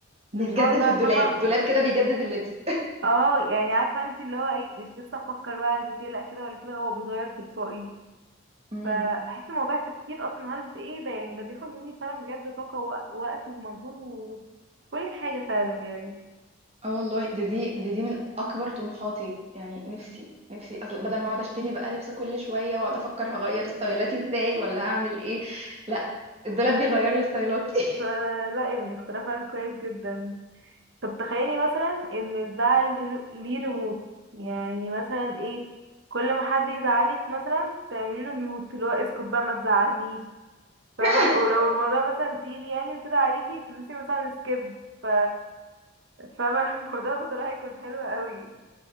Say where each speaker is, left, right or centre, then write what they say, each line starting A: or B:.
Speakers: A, on the right; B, on the right.
A: ومش
B: بيتجدد
A: هقعد بقى
B: في الدولاب
A: فاهمة
B: دولاب كده بيجدد اللبس
A: اه يعني عارفه انت اللي هو ايه مش لسه افكر بقى البس ايه لا كده ولا كده هو بيتغير تلقائي
B: <laughs>
A: فبحس ان موضوع التفكير اصلا هلبس ايه ده يعني ده بياخد مني فعلا بجد طاقه ووقت ومجهود وكل حاجه فعلا يعني
B: اه والله ده دي ده دي من اكبر طموحاتي يعني نفسي نفسي اصل بدل ما اقعد اشتري
A: <laughs>
B: بقى لبس كل شويه واقعد افكر هغير ستايلاتي ازاي ولا هعمل ايه لا الدولاب بيغير لي ستايلاتي
A: فلا يعني اختراع فعلا كويس جدا طب تخيلي مثلا ان ده ليه ليه ريموت يعني مثلا ايه كل ما حد يزعلك مثلا تعملي له ميوت اللي هو اسكت بقى ما تزعلنيش
B: <laughs>
A: فاهمة ولو الموضوع مثلا تقيل يعني وكده عليكي تدوسي مثلا سكيب ف فاهمة <laughs> الموضوع بصراحة هيكون حلو قوي